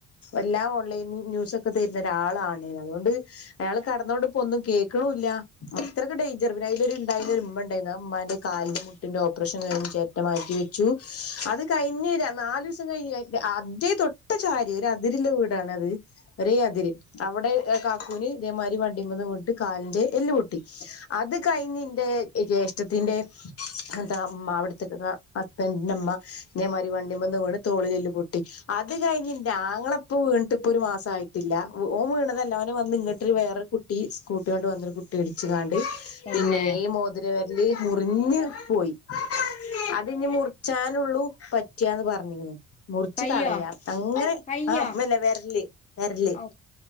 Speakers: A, on the left; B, on the left.
A: എല്ലാ ഉള്ള ന്യൂസൊക്കെ തരുന്ന ഒരാളാണ് അതുകൊണ്ട് അയാൾ കടന്നോണ്ട് പ്പൊന്നും കേക്കണുല്ല അത്രക്ക് ഡേഞ്ചറ് പിന്നയ്ലൊരു ഇണ്ടായിനൊരുമ്മണ്ടായിന്നു ആ മ്മാന്റെ കാലിന് മുട്ടിന്റെ ഓപ്പറേഷൻ കയ്ഞ്ഞു ചെരട്ട മാറ്റി വെച്ചു അത് കയ്ഞ്ഞ് ര നാലുസം ക <unintelligible> ഏ തൊട്ട് ചാരി ഒരു അതിരിലെ വീടാണത് ഒരേ അതിര് അവിടെ കാക്കൂന് അതേമാരി വണ്ടീമേന്ന് വീട്ട് കാലിന്റെ എല്ല് പൊട്ടി അത് കഴിഞ്ഞ് ന്റെ ജ്യേഷ്ടത്തിന്റെ എന്താ അമ്മ അവിടത്തേക്ക അത്തെന്റുമ്മ ഇതേമാരി വണ്ടിമ്മെന്ന് വീണ് തോളിലെല്ല പൊട്ടി അത് കഴിഞ്ഞ ഞങ്ങള ഇപ്പോ വീണിട്ട ഇപ്പൊ ഒരു മാസയിട്ടില്ല ഓ വീണതല്ല അവനെ വന്ന ഇങ്ങട്ട് വേറൊരു കുട്ടി സ്ൂട്ട കൊണ്ട് വന്നൊ കുട്ടി ഇടിച്ചണ്ട്
B: തന്നെ
A: പിന്നെ ഈോതി അല് മുറിഞ്ഞ് പോയി അതിനി മുറിച്ചാനുള്ളൂ പറ്റിയാന്ന് പറഞ്ഞി മുറിച്ച്
B: കയ്യോ
A: കളയാം അങ്ങനെ
B: കയ്യോ
A: ആമ്മന്നെ വെരല് വെരല്
B: ഔ